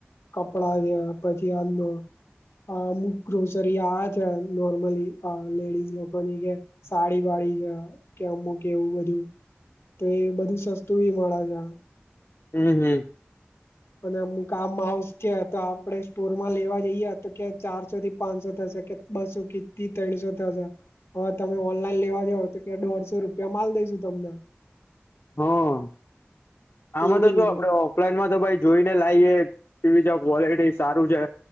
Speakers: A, on the left; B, on the left.
A: કપડા જે પછી આમનું અ અમુક ગ્રોસરી આવે છે નોર્મલી અ લેડીઝ લોકોની કે સાડી વાળી જ કે અમુક એવું બધું તો એ બધું સસ્તું બી મળે જા
B: હું હું
A: અને અમુક આ માઉસ છે તો આપડે સ્ટોરમાં લેવા જઈએ તો કે ચારસો થી પાંચસો થશે કે બસો કિતી તણસો થશે હવે તમે ઓનલાઈન લેવા જાવ તો કે દોઢસો રૂપિયા માલ દઈશુ તમને.
B: હમ્મ આમાં
A: એવી
B: તો
A: રીતે
B: જો આપડે ઓ ઓફલાઈનમાં તો ભાઈ જોઈ ને લાઈએ કેવી જ ક્વોલિટી સારું છે.